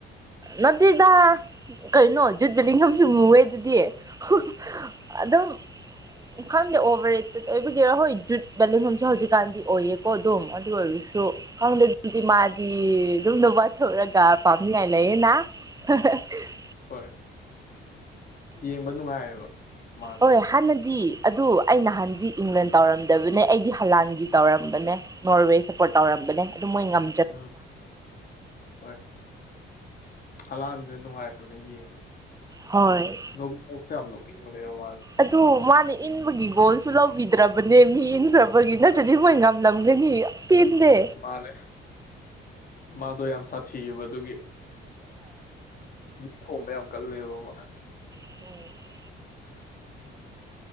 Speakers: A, on the right (about 15°); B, on the left (about 45°).
A: ꯅꯠꯇꯦꯗꯥ ꯀꯩꯅꯣ ꯖꯨꯠ ꯕꯤꯗꯤꯡꯁꯨ ꯃꯨꯑꯦ ꯑꯗꯨꯗꯤ ꯍꯨ ꯑꯗꯨꯝ ꯈꯪꯗꯦ ꯑꯣꯕꯔ ꯔꯦꯠꯇ ꯑꯣꯏꯕꯒꯤꯔꯣ ꯍꯣꯏ ꯖꯨꯠ ꯕꯦꯂꯦꯟꯂꯣꯝꯁꯨ ꯍꯧꯖꯤꯛꯀꯥꯟꯗꯤ ꯑꯣꯏꯌꯦꯀꯣ ꯑꯗꯨꯝ ꯑꯗꯨ ꯑꯣꯏꯔꯁꯨ ꯈꯪꯗꯦ ꯑꯗꯨꯝꯗꯤ ꯃꯥꯗꯤ ꯑꯗꯨꯝꯅ ꯋꯥꯊꯣꯛꯔꯒꯥ <unintelligible>
B: ꯍꯣꯏ ꯌꯦꯡꯕ ꯅꯨꯡꯉꯥꯏꯌꯦꯕ ꯃꯥꯁꯦ
A: ꯍꯣꯏ ꯍꯥꯟꯅꯗꯤ ꯑꯗꯨ ꯑꯩ ꯅꯍꯥꯟꯗꯤ ꯏꯪꯂꯦꯟ ꯇꯧꯔꯝꯗꯕꯅꯦ ꯑꯩꯗꯤ ꯍꯂꯥꯟꯒꯤ ꯇꯧꯔꯝꯕꯅꯦ꯫ ꯅꯣꯔꯋꯦ ꯁꯞꯄꯣꯔꯠ ꯇꯧꯔꯝꯕꯅꯦ ꯑꯗꯨꯝ ꯃꯣꯏꯉꯝ꯫
B: ꯎꯝ ꯍꯣꯏ ꯍꯂꯥꯟꯗꯤ ꯅꯨꯡꯉꯥꯏꯕꯅꯦ ꯌꯦꯡꯕ꯫
A: ꯍꯣꯏ꯫
B: ꯅꯣꯛ ꯅꯣꯛꯁꯨ ꯌꯥꯝ ꯅꯣꯛꯅꯤꯡꯕꯅꯦ ꯃꯥ꯫
A: ꯑꯗꯨ ꯃꯥꯅ ꯏꯟꯕꯒꯤ ꯒꯣꯜꯁꯨ ꯂꯧꯕꯤꯗ꯭ꯔꯕꯅꯦ ꯃꯤ ꯏꯟꯈ꯭ꯔꯕꯒꯤ ꯅ꯫ ꯑꯗꯨꯨꯗꯤ ꯃꯣꯏ ꯉꯝꯂꯝꯒꯅꯤ ꯄꯦꯟꯗꯦ꯫
B: ꯃꯥꯅꯦ ꯃꯥꯗꯣ ꯌꯥꯝ ꯁꯥꯊꯤꯑꯕ ꯑꯗꯨꯒꯤ ꯃꯤ ꯊꯣꯝꯕ ꯌꯥꯝ ꯀꯜꯂꯦꯕ ꯃꯥ꯫
A: <inaudible>